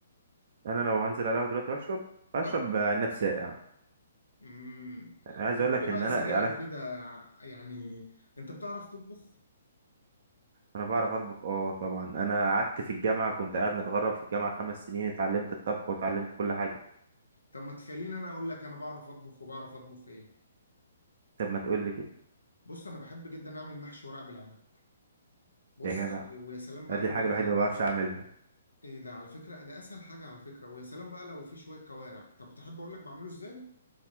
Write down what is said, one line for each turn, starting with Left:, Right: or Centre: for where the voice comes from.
Right: انا لو هنزل على القهوه دلوقتي واشرب اشرب
Left: أه
Right: عناب ساقع يعني
Left: امم
Right: عايز
Left: طب
Right: اقول
Left: قول
Right: لك
Left: لي بقى
Right: ان انا
Left: سريعا
Right: على فكرة
Left: كده يعني أنت بتعرف تطبخ؟
Right: انا بعرف اطبخ اه طبعا انا قعدت في الجامعه كنت قاعد متغرب في الجامعه خمس سنين اتعلمت الطبخ واتعلمت كل حاجه
Left: طب ما تخليني أنا أقول لك أنا بعرف أطبخ وبعرف أطبخ إيه؟
Right: طب ما تقول لي كده
Left: بص أنا بحب جدا أعمل محشي ورق بالعنب بص
Right: يا جدع
Left: ويا سلام بقى
Right: ادي
Left: لو
Right: الحاجه
Left: إيه
Right: الوحيده اللي ما بعرفش اعملها
Left: ايه ده على فكرة ده اسهل حاجة على فكرة ويا سلام بقى لو في شوية كوارع طب تحب اقول لك بعمله ازاي